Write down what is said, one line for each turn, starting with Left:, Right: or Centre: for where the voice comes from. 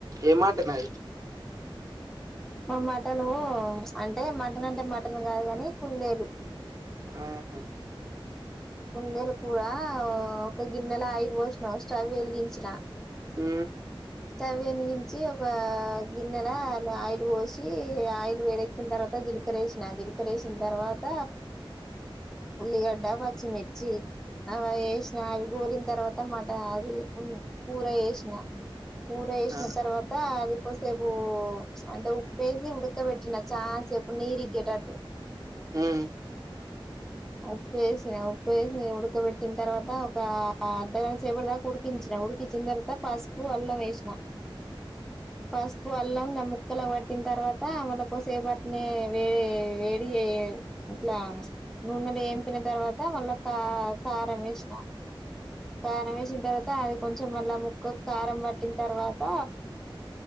Right: ఏ మాట నాది
Centre: మా మటనూ అంటే మటన్ అంటే మటన్ కాదు కాని కుందేలు
Right: ఆహా
Centre: కుందేలు కూరా ఒక గిన్నెలా ఆయిల్ పోసిన స్టవ్ వెలిగించిన
Right: ఊ
Centre: స్టవ్ వెలిగించి ఒక గిన్నెల ఆయిల్ పోసి ఆయిల్ వేడక్కి చ్చిన తర్వత జిలకరేసిన జిలకరేసిన తర్వాత ఉల్లిగడ్డ చ్చిమిర్చి అవి వేసిన అవి గోలిన తర్వాతమట అది కూర వేసిన కూర చేసిన
Right: ఆ
Centre: తర్వత్ త అదికోసేపు అంటే ఉప్పేసి ఉడకబెట్టిన చాలా సేపు నీరు ఇగ్గేటట్టు
Right: ఉమ్
Centre: ఉప్పు వేసిన ఉప్పు వేసి ఉడకబెట్టిన తర్వాత ఒక అర్ధగాంట సేపటి దాక కుడికించిన ఉడికిచ్చిన తర్వాత పసుపు అల్లం వేసిన పసుపు అల్లం ముక్కలకు పట్టిన తర్వాత మళ ఒకసేపటినే వే వేడి ఇట్ల నూనెలెంపిన తర్వాత మళ్ళా క కారం వేసిన కారం వేసిన తర్వాత అది కొంచెం మళ్ళా ముక్కకు కారం పట్టిన తర్వాత